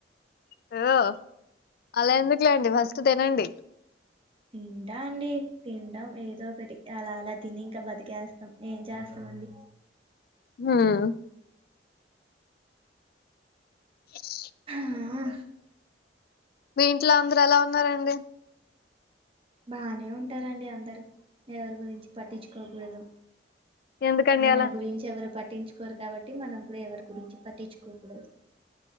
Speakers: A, on the left; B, on the right.
A: హలో అలా ఎందుకులేండి ఫస్ట్ తినండి
B: తింటా అండి తింటాం. ఏదో ఒకటి అలా అలా తిని ఇంక బతికేస్తాం ఏం చేస్తామండి.
A: హుమ్ ఎస్
B: హ ఆ
A: ఇంట్లో అందరూ ఎలా ఉన్నారండి
B: బానే ఉంటారండి. అందరు ఎవరి గురించి పట్టించుకోకూడదు.
A: ఎందుకండి
B: మన
A: అలా?
B: గురించి ఎవరు పట్ పట్టించుకోరు కాబట్టి మనం కూడా ఎవరి గురించి పట్టించుకోకూడదు.